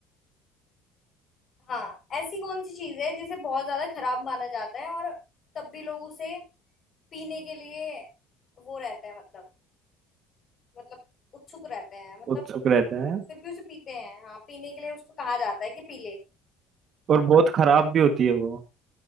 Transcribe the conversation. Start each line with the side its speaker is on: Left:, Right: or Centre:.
Left: हाँ ऐसी कौन सी चीज है जिसे बहुत ज्यादा खराब माना जाता है और तब भी लोग उसे पीने के लिए वो रहते हैं मतलब मतलब उत्सुक रहते हैं मतलब
Right: उत्सुक रहते हैं
Left: फिर भी उसे पीते हैं हाँ पीने के लिए उसको कहा जाता है कि पी ले
Right: और बहुत खराब भी होती है वो